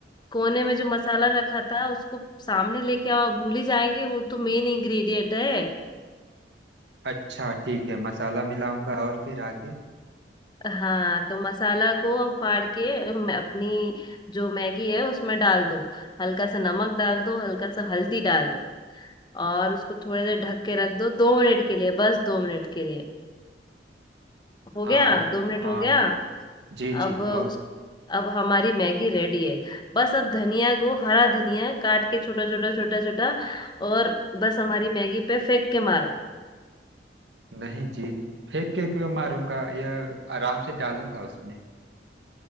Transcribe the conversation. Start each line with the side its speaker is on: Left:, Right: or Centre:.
Left: कोने में जो मसाला रखा था उसको सामने लेके आओ भूल ही जाएंगे वो तो मेन इंग्रेडिएंट है
Right: अच्छा ठीक है मसाला मिलाऊंगा और फिर आगे
Left: हाँ तो मसाला को अब फाड़ के अम, अपनी जो मैगी है उसमें डाल दो हल्का सा नमक डाल दो हल्का सा हल्दी डाल दो और उसको थोड़ी देर ढक के रख दो दो मिनट के लिए बस दो मिनट के लिए हो
Right: हाँ
Left: गया दो मिनट
Right: हाँ
Left: हो गया
Right: जी जी
Left: अब
Right: और
Left: उस अब हमारी मैगी रेडी है बस अब धनिया को हरा धनिया काट के छोटा छोटा छोटा छोटा और बस हमारी मैगी पे फेंक के मारो
Right: नहीं जी फेंक के क्यों मारूंगा यह आराम से डालूंगा उसमें